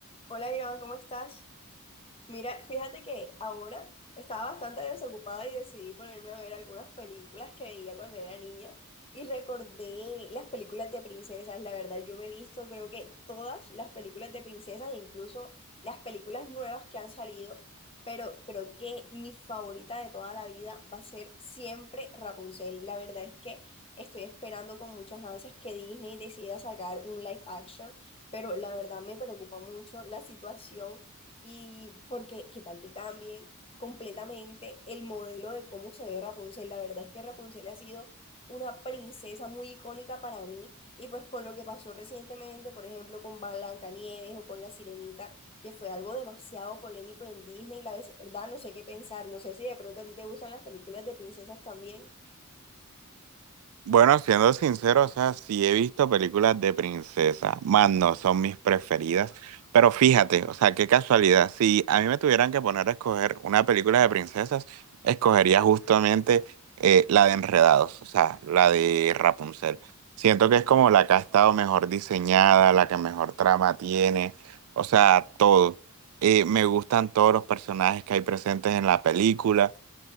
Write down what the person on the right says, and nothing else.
Bueno, siendo sincero, o sea, sí he visto películas de princesa, más no son mis preferidas, pero fíjate, o sea, qué casualidad, si a mí me tuvieran que poner a escoger una película de princesas, escogería justamente eh, la de Enredados, o sea, la de Rapunzel. Siento que es como la que ha estado mejor diseñada, la que mejor trama tiene, o sea, todo. Eh, me gustan todos los personajes que hay presentes en la película.